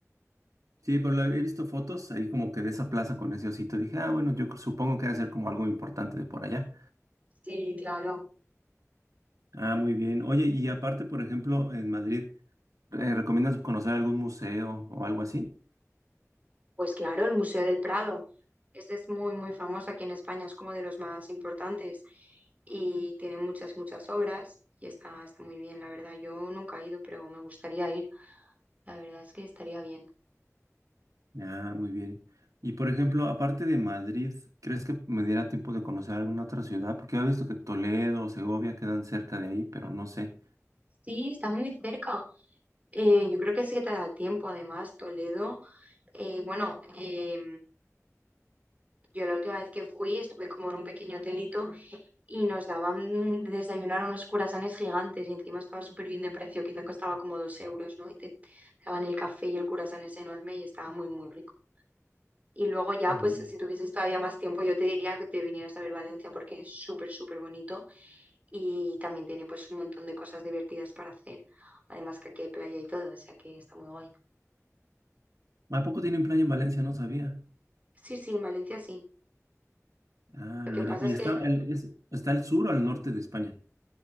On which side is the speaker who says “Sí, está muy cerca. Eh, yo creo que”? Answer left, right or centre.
Right